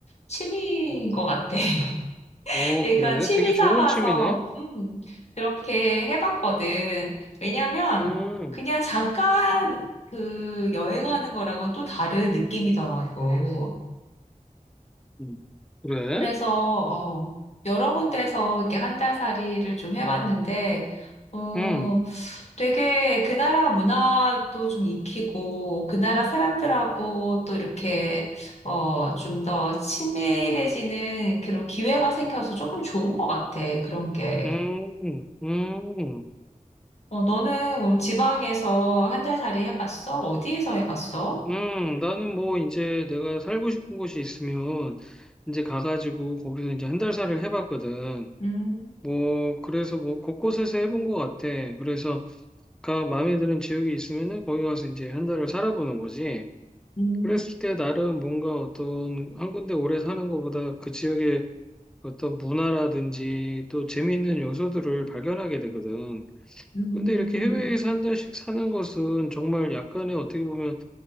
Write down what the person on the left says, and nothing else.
취미인 것 같아. <laughs>
그러니까
취미
삼아서,
음, 그렇게 해봤거든. 왜냐면,
그냥 잠깐 그 여행하는 거랑은 또 다른 느낌이더라고.
그래서, 어, 여러 군데서 이렇게 한 달 살이를 좀 해봤는데, 어,
되게 그 나라 문화도 좀 익히고, 그 나라 사람들하고 또 이렇게, 어, 좀 더 친밀해지는 그런 기회가 생겨서 조금 좋은 것 같아, 그런 게.
어, 너는 그럼 지방에서 한 달 살이 해봤어? 어디에서 해봤어?
음,
음,
음.